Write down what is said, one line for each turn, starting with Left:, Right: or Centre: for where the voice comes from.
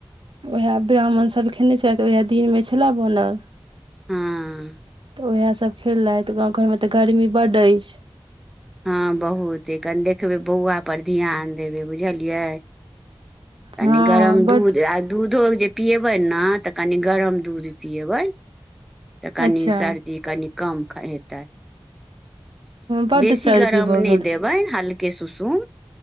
Right: ओएह ब्राह्मण सब खेने छलैथ ओएह दिनमे छल बनल
Centre: हँ
Right: ओएह सभ खेलैथ गाँव घरमे तऽ गर्मी बडअछि
Centre: हँ बहुत कनी देखबै बौआ पर ध्यान देबै बुझलियै कनी
Right: हँ
Centre: गरम
Right: बड्ड
Centre: दूध आ दूधो जे पिएबै ने तऽ कनी गरम दूध पियेबै तऽ कनि
Right: अच्छा
Centre: सर्दी कनि कम क हैतै <inaudible>
Right: बड्ड
Centre: बैसी
Right: सर्दी
Centre: गरम
Right: भऽ
Centre: नय
Right: गेल
Centre: दे
Right: छै
Centre: बैन हल्के सुसुम